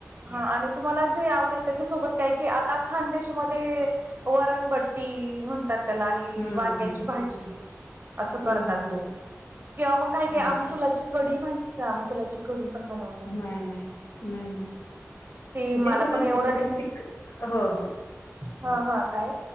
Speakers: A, on the right (about 40°); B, on the left (about 65°).
A: हा आणि तुम्हाला जे आवडेल त्याच्यासोबत काय कि आता खानदेशमध्ये वरणबट्टी म्हणतात त्याला आणि
B: हम्म
A: वांग्याची
B: हम्म
A: भाजी असं
B: हम्म
A: करतात
B: हम्म
A: लोक
B: हम्म
A: किंवा मग काय काय
B: ओके
A: आमसुलाची कढी माहिती का आमसुलाची कढी? पण बनवतात
B: नाही नाही नाही नाही
A: ती
B: म्हणजे
A: मला
B: तुम्ही
A: पण
B: म्हणजे
A: एवढं नेम
B: तिक हो
A: हा हा काय?